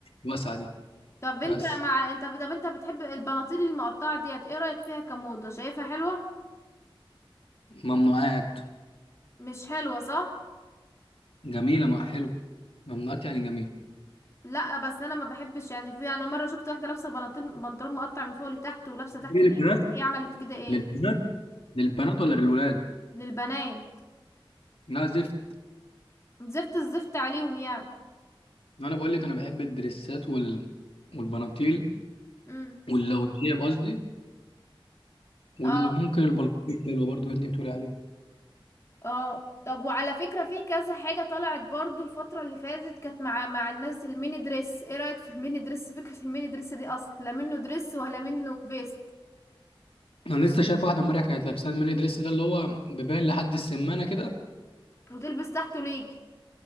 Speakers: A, on the left; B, on the left.
A: الواسعه دي
B: طب انت
A: بس
B: مع انت طب انت بتحب البناطيل المقطعه ديت ايه رايك فيها كموضه شايفها حلوه
A: ممنوعات
B: مش حلوه صح
A: جميله مع حلوه ممنوعات يعني جميله
B: لا بس انا ما بحبش يعني في انا مره شفت واحده لابسه بناطيل بنطلون مقطع من فوق لتحت ولابسه تحته
A: ليه للبنات
B: ليك هي عملت كده ايه
A: للبنات للبنات ولا للولاد
B: للبنات
A: لا زفت
B: زفت الزفت عليهم يعني
A: ما انا بقول لك انا بحب الدريسات وال... والبناطيل
B: امم
A: واللوجيه قصدي وممكن
B: اه
A: البلطيك حلوه برضو اللي انت بتقولي عليه
B: اه طب وعلى فكرة في كذا حاجة طلعت برضو الفترة اللي فاتت كانت مع مع الناس الميني دريس ايه رأيك في الميني دريس فكرة الميني دريس دي اصلا لا منه دريس ولا منه فيست
A: انا لسه شايف واحده امبارح كانت لابسه الميني دريس ده اللي هو بيبان لحد السمانه كده
B: وتلبس تحته ليج